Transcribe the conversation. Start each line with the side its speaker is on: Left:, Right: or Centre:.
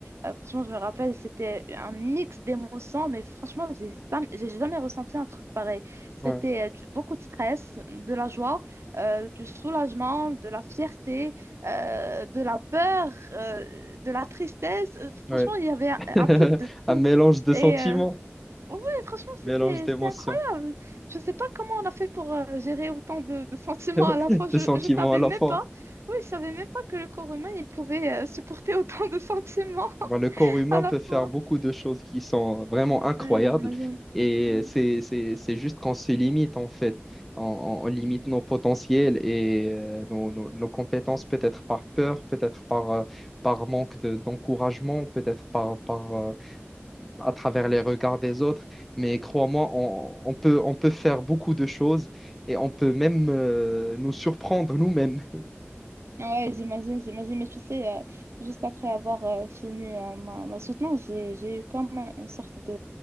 Right: euh, franchement, je me rappelle, c'était un mix d'émotions, mais franchement, j'ai jamais, j'ai jamais ressenti un truc pareil. C'était
Centre: Ouais,
Right: euh, du- beaucoup de stress, de la joie, euh, du soulagement, de la fierté, euh, de la peur, euh, de la tristesse. Euh, Franchement,
Centre: ouais.
Right: il y avait un,
Centre: <laughs>
Right: un peu de tout.
Centre: Un mélange de
Right: Et
Centre: sentiments,
Right: euh, Ouais, franchement,
Centre: mélange
Right: c'était
Centre: d'émotions,
Right: c'était incroyable. Je sais pas comment on a fait pour euh, gérer autant de, de sentiments à
Centre: <laughs>
Right: la fois. Je
Centre: de sentiments
Right: je savais
Centre: à la
Right: même
Centre: fois.
Right: pas. Oui, je savais même pas que le corps humain il pouvait euh, supporter <laughs> autant de sentiments
Centre: Bah, le corps humain
Right: à la
Centre: peut faire
Right: fois.
Centre: beaucoup de choses qui sont vraiment
Right: Mm,
Centre: incroyables
Right: Ouais, j'imagine.
Centre: et
Right: Ouais.
Centre: c'est, c'est, c'est juste qu'on se limite en fait. On, on- on limite
Right: Mm.
Centre: nos potentiels et euh, nos, nos- nos compétences peut-être par peur, peut-être par, euh, par manque de- d'encouragement, peut-être par, par, euh, à travers les regards des autres. Mais crois-moi, on, on peut, on peut faire beaucoup de choses et on peut même euh, nous surprendre nous-mêmes.
Right: Ouais, j'imagine, j'imagine. Mais tu sais, euh, juste après avoir euh, fini euh, ma, ma soutenance, j'ai, j'ai eu comme un- une sorte de...